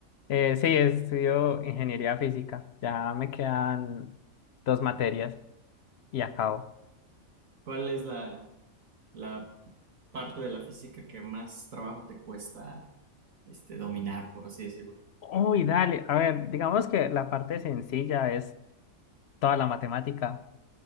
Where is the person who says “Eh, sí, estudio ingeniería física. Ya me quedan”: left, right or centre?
Left